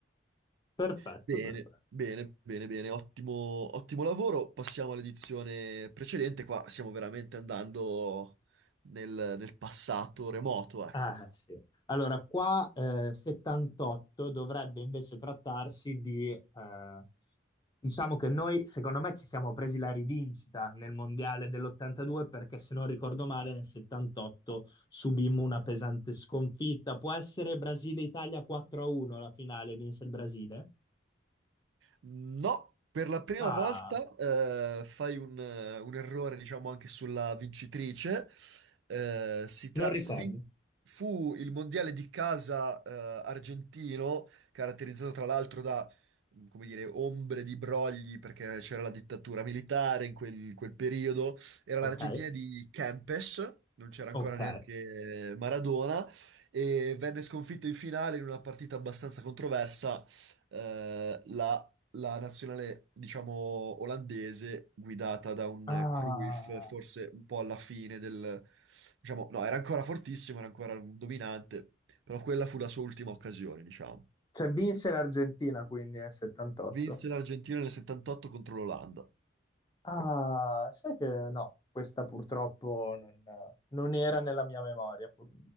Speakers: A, on the left; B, on the right.
A: perfetto,
B: Bene,
A: perfetto.
B: bene, bene, bene, ottimo, ottimo lavoro. Passiamo all'edizione precedente. Qua stiamo veramente andando nel, nel passato remoto, ecco.
A: Ah, sì. Allora, qua eh, 78 dovrebbe invece trattarsi di... eh, diciamo che noi, secondo me, ci siamo presi la rivincita nel mondiale dell'82 perché, se non ricordo male, nel 78 subimmo una pesante sconfitta. Può essere Brasile-Italia 4-1 la finale, vinse il Brasile?
B: No, per la prima
A: Ah,
B: volta eh, fai un, eh, un errore, diciamo, anche sulla vincitrice. Eh, si tra-
A: non ricordo.
B: si vin- fu il mondiale di casa eh, argentino, caratterizzato tra l'altro da, come dire, ombre di brogli, perché c'era la dittatura militare in quel, quel periodo. Era
A: Ok,
B: l'Argentina di Kempes, non c'era
A: ok.
B: ancora neanche Maradona, e venne sconfitto in finale in una partita abbastanza controversa eh, la la nazionale, diciamo, olandese guidata da un
A: Ah,
B: Cruyff, forse un po' alla fine del... diciamo, no, era ancora fortissimo, era ancora un dominante, però quella fu la sua ultima occasione, diciamo.
A: cioè vinse l'Argentina quindi nel 78.
B: Vinse l'Argentina nel 78 contro l'Olanda,
A: Ah, sai che no, questa purtroppo non, non era nella mia memoria, pur-